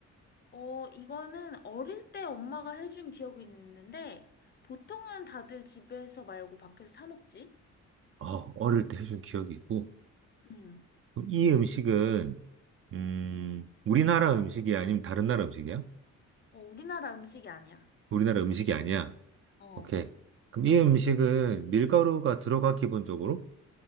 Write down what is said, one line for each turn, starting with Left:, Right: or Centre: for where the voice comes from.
Left: 어, 이거는 어릴 때 엄마가 해준 기억이 있는데, 보통은 다들 집에서 말고 밖에서 사 먹지?
Right: 어, 어릴 때 해준 기억이 있고.
Left: 음.
Right: 그럼 이 음식은, 음, 우리나라 음식이야? 아니면 다른 나라 음식이야?
Left: 어, 우리나라 음식이 아니야.
Right: 우리나라 음식이 아니야.
Left: 어,
Right: 오케이. 그럼 이 음식은 밀가루가 들어가, 기본적으로?